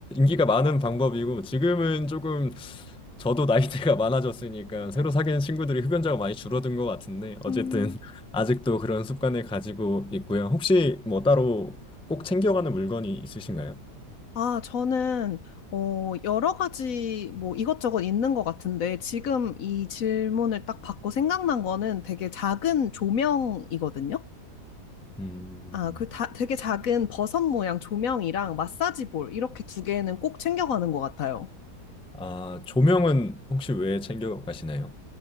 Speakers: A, in the centre; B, on the left.
A: 기가 많은 방법이고 지금은 조금 저도 나이대가 많아졌으니까 새로 사귀는 친구들이 흡연자가 많이 줄어든 것 같은데 어쨌든
B: 음,
A: <laughs> 아직도 그런 습관을 가지고 있고요. 혹시 뭐 따로 꼭 챙겨가는 물건이 있으신가요?
B: 아, 저는, 어, 여러 가지 뭐 이것저것 있는 것 같은데, 지금 이 질문을 딱 받고 생각난 거는 되게 작은 조명이거든요.
A: 음.
B: 아, 그 다, 되게 작은 버섯 모양 조명이랑 마사지 볼 이렇게 두 개는 꼭 챙겨가는 것 같아요.
A: 아, 조명은 혹시 왜 챙겨 가시나요?